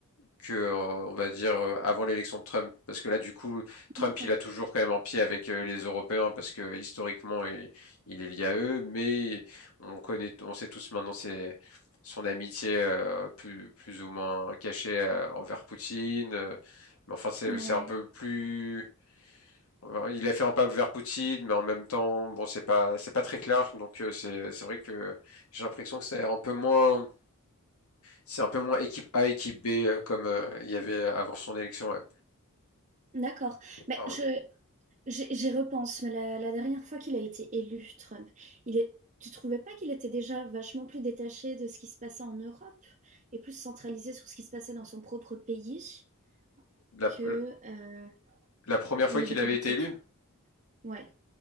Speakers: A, on the left; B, on the right.
A: que euh, on va dire, euh, avant l'élection de Trump. Parce que là, du coup, Trump,
B: D'accord,
A: il a toujours quand même un pied avec euh, les Européens parce que historiquement, il, il est lié à eux. Mais on connaît, on sait tous maintenant c'est son amitié euh, plus, plus ou moins cachée euh, envers Poutine. Euh, Mais enfin, c'est,
B: ouais,
A: c'est un peu plus alors, Il a fait un pas vers Poutine, mais en même temps, bon, c'est pas, c'est pas très clair. Donc euh, c'est, c'est vrai que j'ai l'impression que c'est un peu moins, c'est un peu moins équipe A, équipe B euh, comme euh, il y avait avant son élection. ouais.
B: d'accord. Mais
A: Pardon.
B: je, J'y j'y repense, mais la, la dernière fois qu'il a été élu, Trump, il est, tu trouvais pas qu'il était déjà vachement plus détaché de ce qui se passait en Europe et plus centralisé sur ce qui se passait dans son propre pays
A: La,
B: que euh,
A: la première
B: au
A: fois
B: niveau
A: qu'il
B: politique?
A: avait été élu.
B: Ouais.